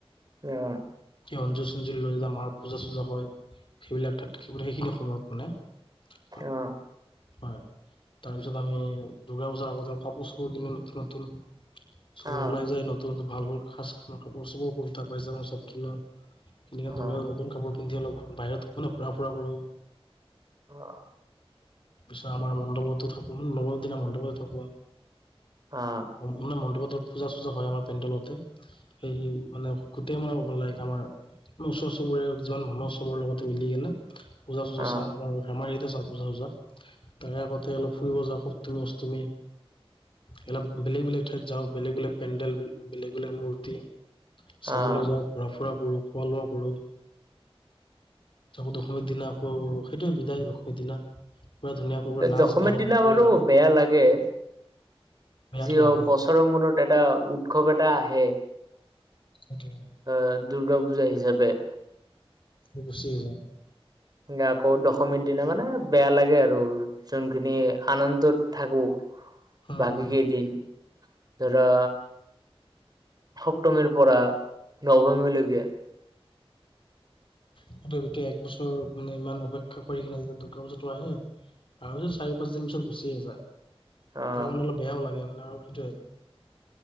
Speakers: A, on the right; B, on the left.
A: অ'।
B: কি অঞ্জুৰ চ্জিৰ লৈ জতিয়া মাৰ পূজা চূজা হৈ। সেইবিলাক থাতখে সেইখিনি সময়ত মানে, হয়।
A: অ',
B: হয়, তাৰপিছত আমি দূৰ্গা পূজাৰ আগতে কাপোৰ চাপোৰ কিনো নতুন নতুন। চবে
A: অ',
B: ওলাই যায় নতুন নতন ভাল ভাল খাজ কাপোৰ চাপুৰ, কুৰ্তা পাইজামা চব কিনো। এনে
A: অ',
B: দূৰ্গা নতুন কাপোৰ পিন্ধি অলপ বাহিৰত কোনে ঘূৰা ফুৰা কৰোঁ।
A: অ'।
B: পিছত আমাৰ মণ্ডপতো থাকোঁ নৱমীৰ দিনা মণ্ডপতে থাকো।
A: অ',
B: মানে মণ্ডপত পূজা চূজা হয় আমাৰ পেণ্ডলতে। সেই মানে গোটেই মানে ক লাগক আমাৰ ওচৰ চুবুৰীৰে যিমান মানুহ চবৰ লগতে মিলি কনে পূজা চূজা
A: অ',
B: চাওঁ। আমাৰ ইতে চাওঁ পূজা চুজা তাৰে আগতে অলপ ফুৰিব যাওঁ সপ্তমী, অষ্টমী। এলপ বেলেগ বেলেগ ঠাইত যাওঁ, বেলেগ বেলেগ পেণ্ডেল বেলেগ বেলেগ মূৰ্তি চাবলৈ
A: অ',
B: যাওঁ, ঘূৰা-ফুৰা কৰোঁ, খোৱা লোৱা কৰোঁ। দশমীৰ দিনা আকৌ সেইটোৱে বিদায় দশমীৰ দিনা। পুৰা ধুনীয়াকৈ
A: এ
B: নাচ
A: দশমী
B: গান
A: দিনা
B: কৰি
A: বাৰু
B: কেনে
A: বেয়া লাগে যি
B: বেয়াটো
A: হওঁক
B: লাগে
A: কচ বছৰৰ মূৰত এটা উৎসৱ এটা আহে।
B: <unintelligible>
A: অহ, দূৰ্গা পূজা হিচাপে।
B: গুচিয়ে যায়।
A: আকৌ দশমীৰ দিনা মানে বেয়া লাগে আৰু। যোনখিনি আনন্দত থাকো
B: হম
A: বাকী
B: হম
A: কেইদিন। ধৰা সপ্তমীৰ পৰা নৱমীলৈকে।
B: সেইটো গোটেই এক বছৰ মানে ইমান অপেক্ষা কৰি কিনে যিটো দুৰ্গা পূজাটো আহে। আৰু যে চাৰি পাঁচ দিন পিছত গুচিয়ে যায়
A: অ',
B: তাৰ কাৰণে অলপ বেয়াও লাগে মানে আৰু। সেইটোৱে